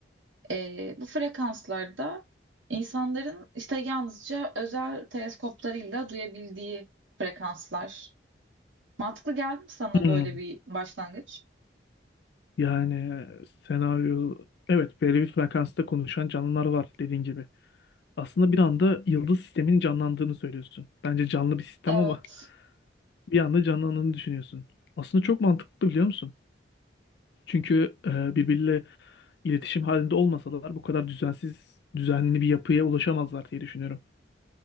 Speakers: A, on the right (about 85°); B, on the left (about 65°).
A: Ee, bu frekanslarda insanların işte yalnızca özel teleskoplarıyla duyabildiği frekanslar. Mantıklı geldi mi sana
B: Hmm.
A: böyle bir başlangıç?
B: Yani senaryo evet belli bir frekansta konuşan canlılar var dediğin gibi. Aslında bir anda yıldız sisteminin canlandığını söylüyorsun. Bence canlı bir sistem
A: Evet.
B: ama <laughs> bir anda canlandığını düşünüyorsun. Aslında çok mantıklı biliyor musun? Çünkü e, birbiriyle iletişim halinde olmasalar bu kadar düzensiz, düzenli bir yapıya ulaşamazlar diye düşünüyorum.